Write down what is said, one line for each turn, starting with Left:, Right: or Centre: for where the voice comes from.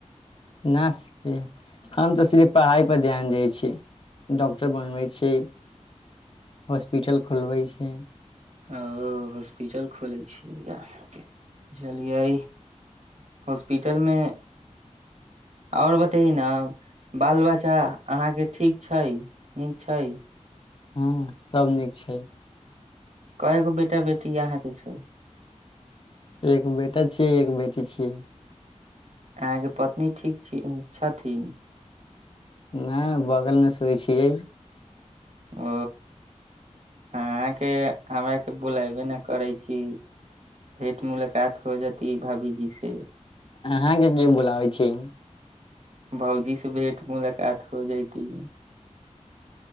Left: नहि हम तऽ सिफ पढ़ाइपर ध्यान दै छी डॉक्टर बनबै छै हॉस्पिटल खोलबै छै
Right: ओ हॉस्पिटल खोलै छी अहाँके बुझलियै हॉस्पिटलमे आओर बतै ने बाल बच्चा अहाँके ठीक छै नीक छै
Left: ह्म सभ नीक छै
Right: कगो बेटा बेटी यहाँके छै
Left: एक बेटा छियै एक बेटी छीियै
Right: अहाँके पत्नी ठीक छथिन
Left: नहि बगलमे सोै छियै
Right: ओ अहाँके हमराके बोलयबे ने करै छी भेट मुलाकात हो जेती भाभीजी से
Left: हहाँ ज बोलाबै छी
Right: भौजी से भेट मुलाकात हो जाती है